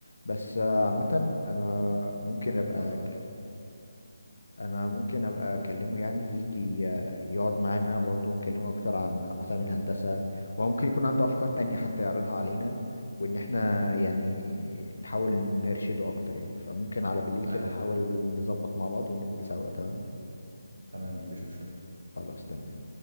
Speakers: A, on the left; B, on the right.
A: بس آه، عامة انا ممكن ابقى
B: طب طب
A: انا ممكن ابقى اكلمه يعني يجي يقعد معانا برضو نكلمه اكتر عن اقسام الهندسة وهو ممكن يكون عنده افكار تانية حتى يعرضها علينا وان احنا يعني نحاول نرشده اكتر يعني فممكن على بالليل كده
B: ايوه
A: احاول
B: تمام
A: نظبط مع بعض وننزل سوا تمام
B: تمام مفيش مشكله
A: خلاص تمام